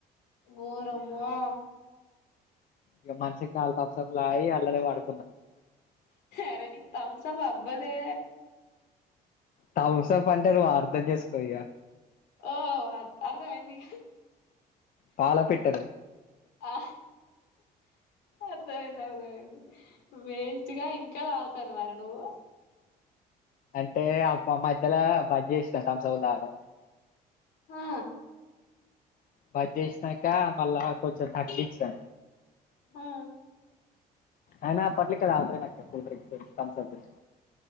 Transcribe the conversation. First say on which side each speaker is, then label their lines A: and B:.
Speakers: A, on the left; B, on the left.
A: ఓరమ్మో
B: ఇగ మనషికి నాల్గు తమ్సప్ లు తాగి అల్లరి పడు
A: అరే నీకు తమ్సప్ అబ్బదే
B: థమ్సప్ అంటే నువ్వు అర్థం చేసుకో ఇక
A: ఓ అర్ధమైంది
B: పాల పిట్టలు
A: ఆ అర్థమైంది అర్థమైంది వేస్ట్ గా ఇంకా తాగుతాన్నావ రా నువ్వు
B: అంటే అబ మధ్యలో బంద్ చేసిన తమ్సప్ లు తాగడం
A: ఆ
B: బంద్ చేసినాక మళ్ళా కొంచెం తగ్గించిన
A: ఆ
B: అయినా పొట్లిక్కి తాగుతదేమో అక్క కూల్డ్రింక్స్ తమ్సప్ లు